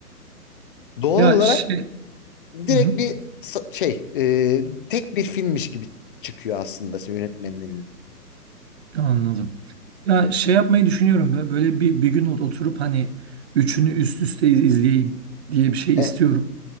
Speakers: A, on the left (about 35°); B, on the right (about 40°).
A: Doğal
B: Ya
A: olarak
B: şey
A: direkt
B: Hı hı.
A: bir sa- şey e, tek bir filmmiş gibi çıkıyor aslında yönetmenin elinden.
B: Anladım. Ya şey yapmayı düşünüyorum. Bö- Böyle bir bir gün ot- oturup hani üçünü üst üste iz- izleyeyim diye bir şey
A: E,
B: istiyorum.